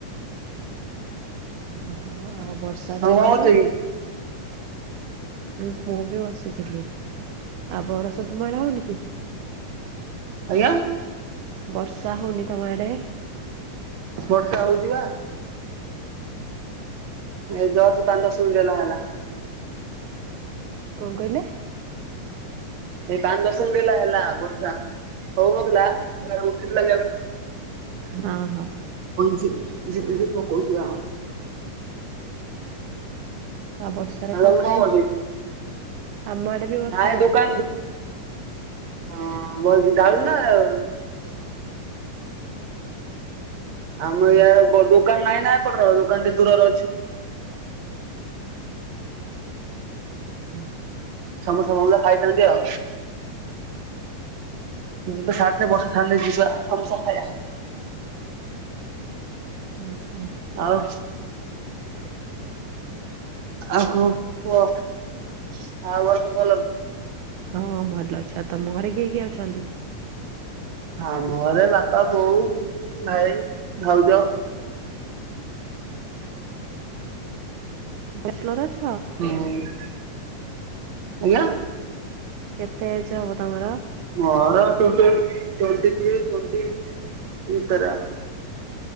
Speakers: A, on the right; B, on the right.
A: ଓ ହୁଆ ହଁ ହଁ ଆଉ ବର୍ଷା
B: ଆଉ
A: ତମ
B: କଣ
A: ଆଡ଼େ?
B: କରୁଛ କି?
A: ଆ ମୁଁ ବି ବସିଥିଲି। ଆଉ ବରଷା ତୁମ ଆଡ଼େ ହଉନି କି?
B: ଆଁ?
A: ବର୍ଷା ହଉନି ତମ ଆଡେ?
B: ବର୍ଷା ହଉଛି ବା। ଏ ଦର୍ସ ତାଣ୍ଡବ ସୁଭିଲେ ହେଲା।
A: କଣ କହିଲେ?
B: ଏ ପାଞ୍ଚ ଦଶ ମିନିଟ ହେ ହେଲା ଗୋର୍ଷା । ହଉ ନ ଥିଲା ଏବେ ଉଠି ଥିଲା
A: ହଁ ହଁ
B: <unintelligible> ଝିପି ଝିପି ପକଉଛି ହଁ।
A: ଆ ବର୍ଷାରେ
B: ଆଉ ତମେ
A: କଣ ଖାଇଛ?
B: କରୁଛ କି?
A: ଆମ ଆଡେ ବି ବର୍ଷା
B: ନାଇଁ
A: ହଉଛି
B: ଦୋକାନ
A: ।
B: ହଁ ବହୁତ ଗାଳୁଛି ନା ଗାଳୁନି।
A: <unintelligible>
B: ଆମର
A: ହୁଁ
B: ୟ <unintelligible> ଦୋକାନ ନାଇ ନା ଏପଟ ର ଦୋକାନଟେ ଦୂରରେ ଅଛି ।
A: <inaudible>
B: ସମସ୍ତେ <unintelligible> ପାଇଥାନ୍ତି ଆଉ।
A: ହୁଁ
B: ତ ସଠ ବସ ଖାନେ ଜିବା ଆମିସ ଖାଇଆ।
A: ହୁଁ। ହୁଁ
B: ଆଉ
A: <unintelligible>
B: ଆଉ କଣ କୁହ <unintelligible>
A: ହଁ ଭଲ ଅଛ। ତମ ଘରେ କିଏ କିଏ ଅଛନ୍ତି?
B: ହଁ ଆମ ଘରେ ବାପା, ବୋଉ, ମୁଁ, ଭାଇ, ଭାଉଜ ।
A: ବସ୍ଲୋରଜ?
B: ହୁଁ । ଆଜ୍ଞା
A: କେତେ ଏଜ ହବ ତମର?
B: ମୋର ଟ୍ୱେଟି ଟ୍ୱେଟିଥ୍ରୀ ଟ୍ୱେଟି ଭିତରେ ଆଉ।